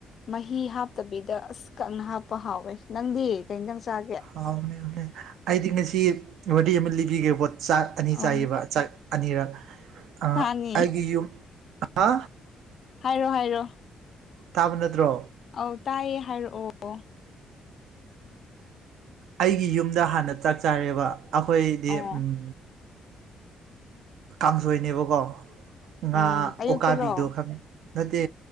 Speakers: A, on the left; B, on the right.
A: ꯃꯍꯤ ꯍꯥꯞꯇꯕꯤꯗ ꯑꯁ ꯀꯪꯅ ꯍꯥꯞꯄ ꯍꯥꯎꯋꯦ ꯅꯪꯗꯤ ꯀꯩ ꯏꯟꯁꯥꯡ ꯆꯥꯒꯦ
B: ꯍꯥꯎꯕꯅꯦ ꯍꯥꯎꯕꯅꯦ ꯑꯩꯗꯤ ꯉꯁꯤ ꯋꯥꯔꯤ ꯑꯃ ꯂꯤꯕꯤꯒꯦꯕꯣ ꯆꯥꯛ ꯑꯅꯤ
A: ꯑꯧ
B: ꯆꯥꯏꯌꯦꯕ ꯆꯥꯛ ꯑꯅꯤꯔꯛ ꯑ
A: ꯁꯥꯅꯤ
B: ꯑꯩꯒꯤ ꯌꯨꯝ ꯍꯥ
A: ꯍꯥꯏꯔꯣ ꯍꯥꯏꯔꯣ
B: ꯇꯥꯕ ꯅꯠꯇ꯭ꯔꯣ
A: ꯑꯧ ꯇꯥꯏꯌꯦ ꯍꯥꯏꯔꯛꯑꯣ
B: ꯑꯩꯒꯤ ꯌꯨꯝꯗ ꯍꯥꯟꯅ ꯆꯥꯛ ꯆꯥꯔꯦꯕ ꯑꯩꯈꯣꯏꯗꯤ
A: ꯑꯣ
B: ꯎꯝ ꯀꯥꯡꯁꯣꯏꯅꯦꯕꯀꯣ ꯉꯥ
A: ꯎꯝ ꯑꯌꯨꯛꯇꯔꯣ
B: ꯑꯣꯀꯥꯕꯤꯗꯣ ꯈꯪꯉꯦ ꯅꯠꯇꯦ